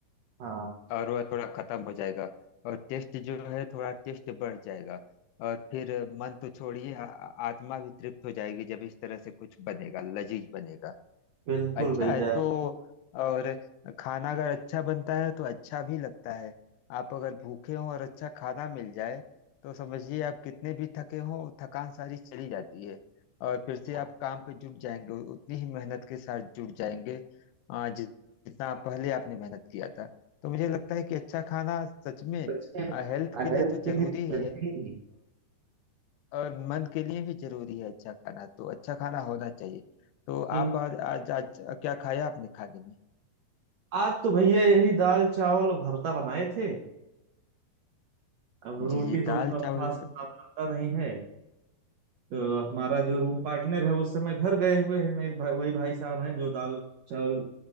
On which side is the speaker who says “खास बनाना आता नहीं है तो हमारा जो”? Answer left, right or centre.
Right